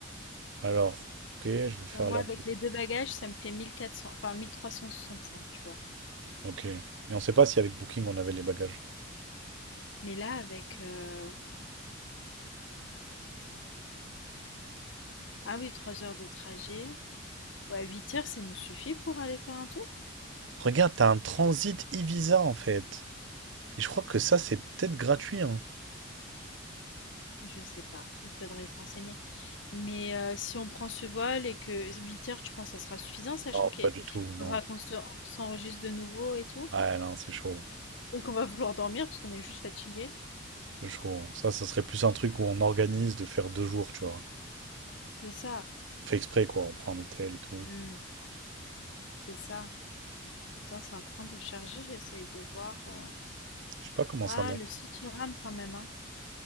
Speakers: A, on the right (about 65°); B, on the left (about 65°).
A: Alors, ok, je vais faire
B: Tu vois, moi
A: là.
B: avec les deux bagages, ça me fait 1400, enfin 1365, tu vois.
A: Ok. Mais on sait pas si avec Booking on avait les bagages.
B: Mais là avec... euh, Attends. Ah oui, 3 heures de trajet. Ouais, 8 heures, ça nous suffit pour aller faire un tour?
A: Regarde, t'as un transit e-visa en fait. Et je crois que ça, c'est peut-être gratuit, hein.
B: Je sais pas, il faudrait se renseigner. Mais heu, si on prend ce vol et que 8 heures, tu penses que ça sera suffisant? Sachant
A: Non,
B: qu'il
A: pas du tout,
B: faudra
A: non.
B: qu'on se s'enregistre de nouveau et tout?
A: Ouais, non, c'est chaud.
B: Et qu'on va vouloir dormir parce qu'on est juste fatigué?
A: C'est chaud. Ça, ça serait plus un truc où on organise de faire deux jours, tu vois.
B: C'est ça.
A: On fait exprès, quoi. On prend un hôtel et tout.
B: Mmh, c'est ça. Putain, c'est en train de charger, j'essaye de voir, heu
A: Je sais pas comment
B: ah,
A: ça monte.
B: le site, il rame quand même, hein.